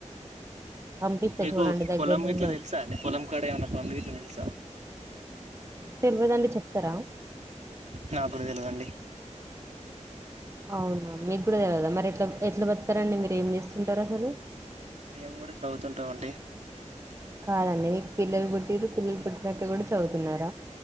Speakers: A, on the right (about 25°); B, on the right (about 65°).
A: పంపిస్తా
B: మీకు
A: చూడండి దగ్గరలోనే
B: పొలం గిట్ల తెల్సా
A: ఉంది
B: అండి పొలం కాడ ఏమన్న పనులు గిట్ల తెల్సా
A: తెల్వదండి చెప్తరా?
B: నాక్ కుడ తెల్వదండి.
A: అవునా మీక్ కూడా తెల్వదా మరి ఎట్ల ఎట్ల బతుకుతరండి మీరేం చేస్తుంటర్ అసలు
B: మేం గుడా చదువుతుంటం అండి
A: కాదండి మీక్ పిల్లలు పుట్టింరు పిల్లలు పుట్టినంక గుడ చదుతున్నారా